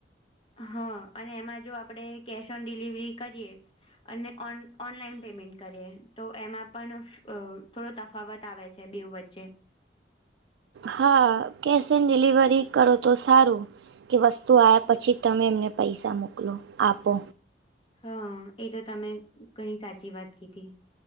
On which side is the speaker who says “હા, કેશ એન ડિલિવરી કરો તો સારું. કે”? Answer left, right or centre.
Right